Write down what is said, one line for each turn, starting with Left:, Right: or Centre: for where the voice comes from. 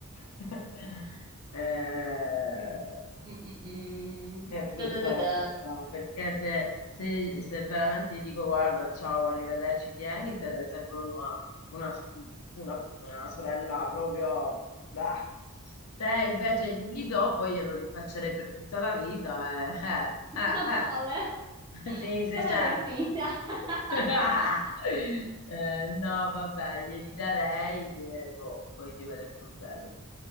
Left: <laughs> Eh,
Right: Mm, mm, mm.
Left: È brutta
Right: Ta da da
Left: roba,
Right: da.
Left: perché se, se- se veramente gli dico guarda, ciao, arrivederci, tienitele, sembra una, una- una- una sorella proprio... bah. Se invece glieli do, poi glielo rinfaccerei per tutta la vita. eh, eh,
Right: Ma
Left: eh,
Right: povera,
Left: eh. <laughs> Sì, sì,
Right: già l'hanno
Left: certo.
Right: rapita. <laughs>
Left: <laughs> Eh, no, vabbè, glieli darei e boh, poi Dio vede il problema.
Right: Mm,